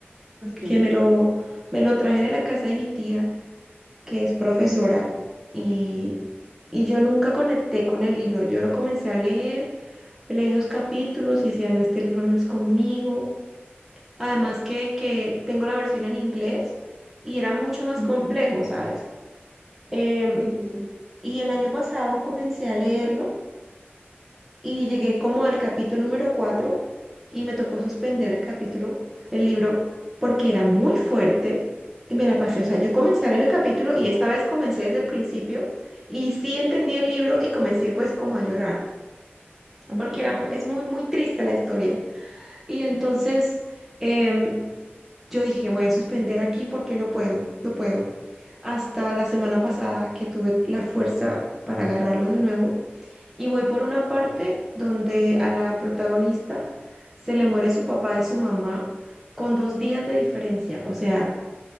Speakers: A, on the right (about 55°); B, in the centre.
A: ok.
B: que me lo, me lo traje de la casa de mi tía, que es profesora,
A: Ujú,
B: y, y yo nunca conecté con el libro. Yo lo comencé a leer, leí dos capítulos y decía, no, este libro no es conmigo. Además que, que tengo la versión en inglés y era mucho más
A: ok.
B: complejo, ¿sabes? Em,
A: Sí, sí, sí.
B: y el año pasado comencé a leerlo y llegué como al capítulo número 4 y me tocó suspender el capítulo, el libro, porque era muy fuerte y me la pasé. O sea, yo comencé a leer el capítulo y esta vez comencé desde el principio y sí entendí el libro y comencé pues como a llorar,
A: Ok.
B: porque era, mu- es muy, muy triste la historia. Y entonces... em, Yo dije, voy a suspender aquí porque no puedo, no puedo. Hasta la semana pasada que tuve la fuerza para agarrarlo de nuevo. Y voy por una parte donde a la protagonista se le muere su papá y su mamá con dos
A: Mm.
B: días de diferencia. O sea,